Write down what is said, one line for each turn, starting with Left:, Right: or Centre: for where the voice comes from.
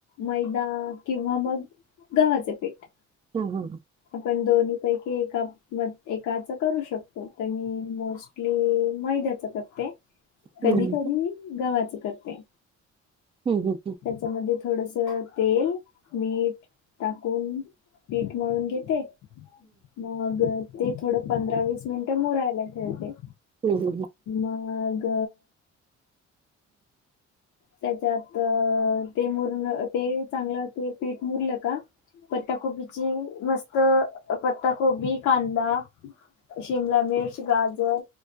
Left: मैदा किंवा मग गव्हाचे पीठ.
Right: हा हा.
Left: आपण दोन्ही पैकी एका -म एकाच करू शकतोय, तर मी मोस्ट आपली मैद्याच करते.
Right: हम्म
Left: कधी कधी गव्हाच करते.
Right: हम्म हम्म.
Left: त्याच्यामध्ये थोडस तेल, मीठ टाकून पीठ मळून घेते. मग ते थोडं पंधरा वीस मिनिट मुरायला ठेवते.
Right: हम्म हम्म
Left: मग त्याच्यात ते मुर ते चांगलं ते पीठ मुरलं का पत्ताकोबीची मस्त पत्ताकोबी, कांदा शिमला मिर्च, गाजर